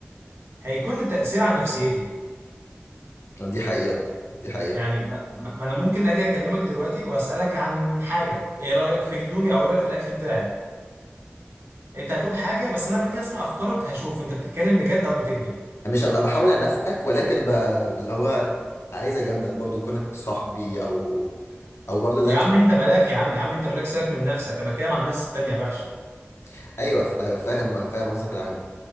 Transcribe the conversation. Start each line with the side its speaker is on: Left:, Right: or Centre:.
Right: هيكون التاثير على نفسيتي
Left: دي حقيقه دي حقيقه
Right: يعني ما, ما ما انا ممكن اجي اكلمك دلوقتي واسالك عن حاجه ايه رايك في هدومي او رايك في الاكل بتاعي انت هتقول حاجه بس انا لما اجي اسمع افكارك هشوف انت بتتكلم بجد او بتكذب
Left: مش هبقى بحاول انافقك ولكن ب... اللي هو عايز اجاملك برضو كونك صاحبي او او برضو لا
Right: يا
Left: مش
Right: عم
Left: عايز
Right: انت ملاك يا عم يا عم انت ملاك سيبك من نفسك انا بتكلم عن الناس التانيه الوحشه
Left: <laughs> ايوه ف- فاهم فاهم قصدك العام